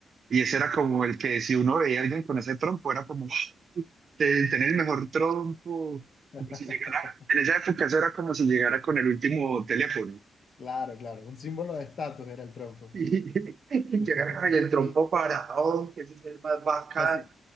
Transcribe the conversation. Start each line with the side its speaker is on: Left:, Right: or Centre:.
Right: Y ese era como el que si uno veía a alguien con ese trompo, era como, tener el mejor trompo,
Left: <laughs>
Right: como si llegara, en esa época eso era como si llegara con el último teléfono. <laughs>
Left: Claro, claro, un símbolo de estatus era el trompo.
Right: Y
Left: <laughs>
Right: que agarra, "Ay, el trompo faraón, que ese es el más bacán
Left: Casi,